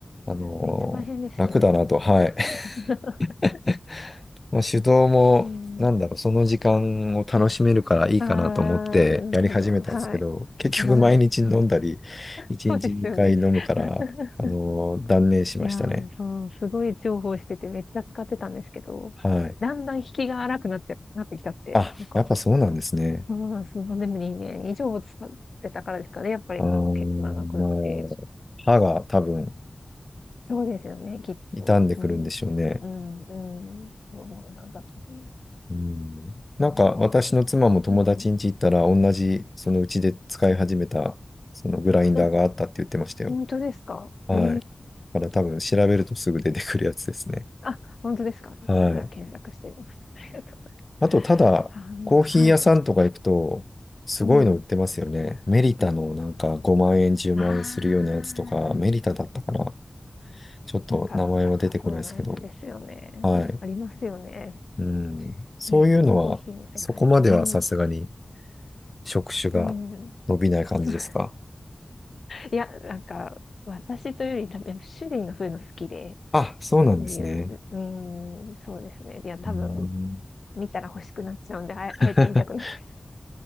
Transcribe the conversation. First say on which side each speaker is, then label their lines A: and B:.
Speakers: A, on the left; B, on the left.
A: あのー楽だなと、
B: めっちゃ大変ですよね。
A: はい。
B: <laughs>
A: <laughs> まあ手動も、
B: うん。
A: なんだろう、その時間を楽しめるからいいかなと思ってやり始めたんですけど、
B: ああ、なるほど。はい。
A: 結局毎日飲んだり、
B: はい。
A: 1日2回飲むから、
B: そうですよね。<laughs>
A: あのー断念しましたね。
B: いやー、そう、すごい重宝しててめっちゃ使ってたんですけど、
A: はい。
B: だんだん引きが荒くなっちゃ、なってきたって、
A: あ、
B: なんか、
A: やっぱそうなんですね。
B: そうなんです。でも2年以上使ってたからですかね。やっぱりもう結構長くって。
A: あー、まあ、歯が多分
B: そうですよね、きっと。
A: 傷んでくるんでしょうね。
B: うん。うん、うん。そうなんだと思います。
A: うん。なんか私の妻も友達ん家行ったら同じ、
B: そうですね。うん。
A: そのうちで使い始めた、そのグラインダーがあったって言ってましたよ。
B: え、本当ですかええ
A: はい。だから多分調べるとすぐ出てくるやつですね。
B: あ、本当ですか。
A: はい。
B: じゃあ検索してみます。ありがとうございま
A: あと、ただ、
B: す。
A: コーヒー屋さんとか行くと、
B: あーはい。
A: すごいの売ってますよね。
B: うん。
A: メリタのなんか5万円、10万円するようなやつとか、
B: ああ。
A: メリタだったかな。ちょっと名前は出てこないですけど。
B: なんか高そうなやつですよね。
A: はい。
B: ありますよね。
A: うん。そういうのは、
B: いや、コーヒーの世界を。
A: そこまではさすがに
B: うん。
A: 職種が伸びない感じですか。
B: うん。そういや、なんか、私というより多分、主人がそういうの好きで、
A: あ、そうなんですね。
B: そういう、うん、そうですね。いや、多分、
A: うん。
B: 見たら欲しくなっちゃうんで、あえ、
A: <laughs>
B: あえて言いたくない。